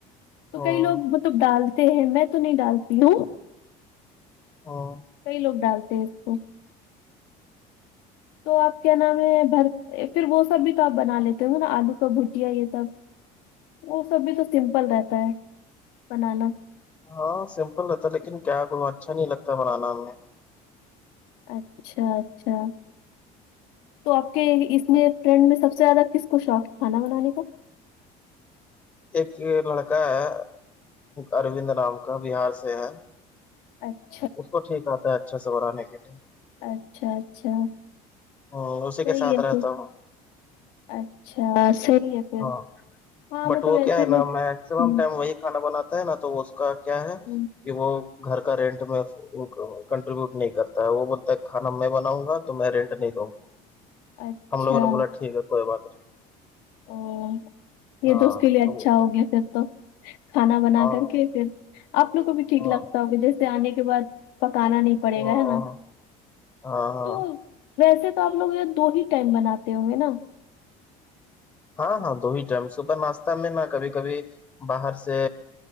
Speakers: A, on the left; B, on the left.
A: تو
B: ہوں
A: کئی لوگ
B: ہوں
A: مطلب ڈالتے ہیں میں تو نہیں ڈالتی ہوں
B: ہوں
A: کئی لوگ ڈالتے ہیں اس کو تو آپ کیا نام ہے بھر پھر وہ سب بھی تو آپ بنا لیتے ہو نا آلو کا بھجیا یہ سب وہ سب بھی تو سمپل رہتا ہے بنانا
B: ہاں سمپل رہتا ہے لیکن کیا کو اچھا نہیں لگتا بنانا ہمیں
A: اچھا اچھا تو آپ کے اس میں فرینڈ میں سب سے زیادہ کس کو شوق ہے کھانا بنانے کا
B: ایک لڑکا ہے اروند رام کا بہار سے ہے
A: اچھا
B: اس کو ٹھیک آتا ہے اچھا سے بنانے کے لیے
A: اچھا اچھا
B: ا اسی
A: صحیح
B: کے ساتھ
A: ہے
B: رہتا
A: پھر
B: ہوں
A: اچھا صحیح ہے پھر
B: ہاں
A: ہاں
B: بٹ
A: مطلب
B: وہ کیا
A: ایسے
B: ہے
A: لوگ
B: نا میکسیمم
A: ہوں
B: ٹائم وہی کھانا بناتا ہے نا تو اس کا کیا ہے
A: ہوں
B: کہ وہ گھر کا رینٹ میں کٹریبوٹ نہیں کرتا ہے وہ بولتا ہے کھانا میں بناؤں گا تو میں رینٹ نہیں دوں
A: اچھا
B: ہم لوگوں نے بولا ٹھیک ہے کوئی بات نہیں
A: او یہ
B: ہاں
A: تو اس کے لیے
B: تو
A: اچھا ہو گیا پھر تو کھانا بنا
B: ہاں
A: کر کے پھر آپ لوگ کو بھی ٹھیک
B: ہاں
A: لگتا ہوگا جیسے آنے کے بعد پکانا نہیں پڑے
B: ہاں
A: گا ہے نا
B: ہاں ہاں
A: تو ویسے تو آپ لوگ یہ دو ہی ٹائم بناتے ہوں گے نا
B: ہاں ہاں دو ہی ٹائم صبح ناشہ میں نہا کبھی کبھی باہر سے